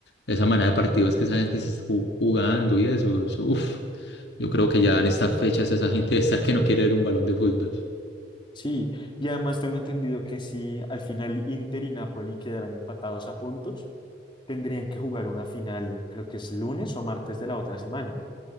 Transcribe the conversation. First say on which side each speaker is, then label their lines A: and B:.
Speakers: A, on the left (about 65°); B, on the left (about 25°).
A: esa manera de partidos que esa gente se está ju- jugando y eso, eso, uf, yo creo que ya en estas fechas esa gente debe estar que no quiere ver un balón de fútbol.
B: sí. Y además tengo entendido que si al final Inter y Napoli quedarán empatados a puntos, tendrían que jugar una final, creo que es lunes o martes de la otra semana.